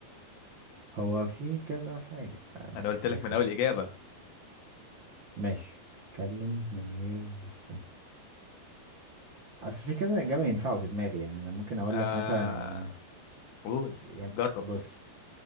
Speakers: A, on the right; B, on the left.
A: هو في كذا حاجة آه، بس
B: انا قلت لك
A: خليك
B: من اول اجابه
A: ماشي بتتكلم من غير لسان أصل في كذا إجابة ينفعوا في دماغي يعني أنا ممكن أقول
B: آه
A: لك مثلا
B: قول
A: آه، يا-
B: جرب
A: بص